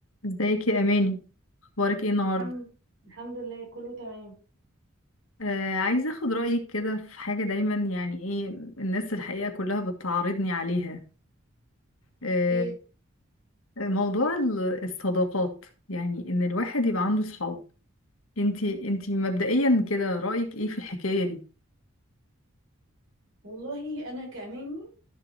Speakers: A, on the left; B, on the right.
A: ازيك يا اماني اخبارك ايه النهارده
B: الحمد الحمد لله كله تمام
A: آه عايزه اخد رايك كده في حاجه دايما يعني ايه الناس الحقيقه كلها بتعارضني عليها آه
B: خير
A: موضوع ال- الصداقات يعني ان الواحد يبقى عنده صحاب انتي انتي مبدئيا كده رايك ايه في الحكايه دي
B: والله انا كأماني